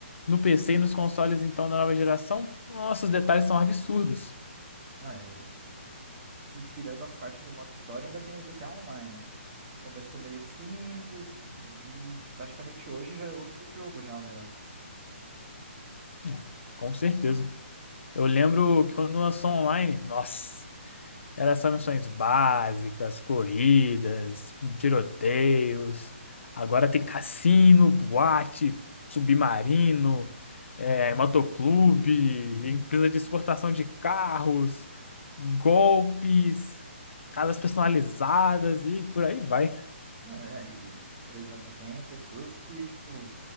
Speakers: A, on the left; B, on the right.
A: No PC e nos consoles, então, da nova geração, nossa, os detalhes são absurdos.
B: né? se tirando a parte do modo história, ainda tem o GTA Online, né? Que começou meio simples e praticamente hoje já é outro jogo já o negócio.
A: É, com certeza. Eu lembro que quando lançou online, nossa, eram só missões básicas, corridas, tiroteios. Agora tem cassino, boate, submarino, é, motoclube, empresa de exportação de carros, golpes, casas personalizadas e por aí vai.
B: Não, é, e, por exemplo, tem pessoas que, tipo,